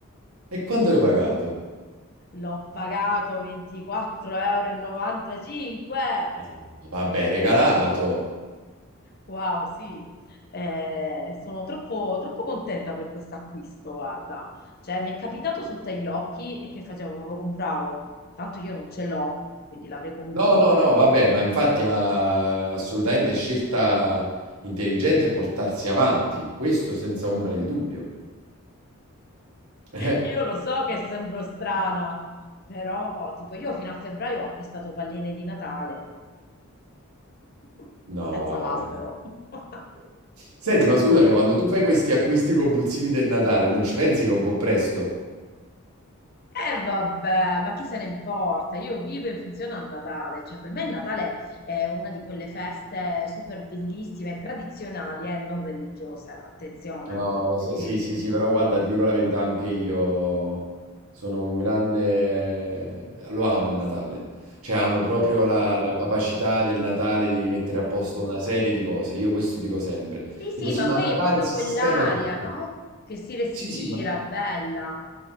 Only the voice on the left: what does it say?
L'ho pagato 24,95 euro.
Wow, sì, Eh, sono troppo, troppo contenta per questo acquisto, guarda. Cioè, mi è capitato sotto agli occhi e che facevo? Non lo compravo, tanto io non ce l'ho, quindi l'avrei comunque
Io lo so che sembro strana, però tipo io fino a febbraio ho acquistato palline di Natale <laughs>
senza
l'albero. <laughs>
E vabbè, ma chi se ne importa? Io vivo in funzione al Natale, cioè per me il Natale è una di quelle feste super bellissime, tradizionali e non religiose, attenzione,
perché
eh.
Sì, sì,
ma
poi
è proprio
quell'aria,
no? Che si respira
bella.